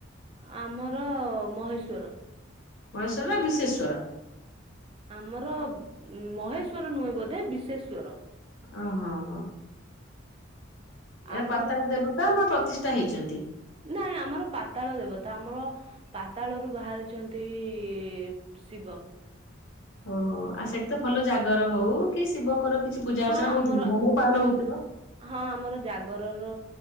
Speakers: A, on the right; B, on the left.
A: ଆମର ମହେଶ୍ଵର।
B: ମହେଶ୍ଵର ନା ବିଶେସ୍ୱର?
A: ଆମର ମହେଶ୍ଵର ନୁହେଁ ବୋଧେ ବିଶେଶ୍ଵର।
B: ଓ ହଁ ହଁ।
A: ଆପଣ
B: ଏ ପାତାଳ ଦେବତା ନା ପ୍ରତି ଟା ହେଇଚନ୍ତି।
A: ନାଇଁ ଆମର ପାତାଳ ଦେବତା ଆମର ପାତାଳରୁୁ ବାହାରିଚନ୍ତି ଇ ଶିବ।
B: ଓହୋ ଆଉ ସେଠି ତ ଭଲ ଜାଗର ହଉ କି ଶିବଙ୍କର କିଛି ପୂଜା
A: ହଁ
B: ଅର୍ଚ୍ଚନା
A: ଆମର
B: ବହୁତ ଧୁମଧାମ ରେ ପାଳନା ହଉଥିବ?
A: ହଁ ଆମର ଜାଗରର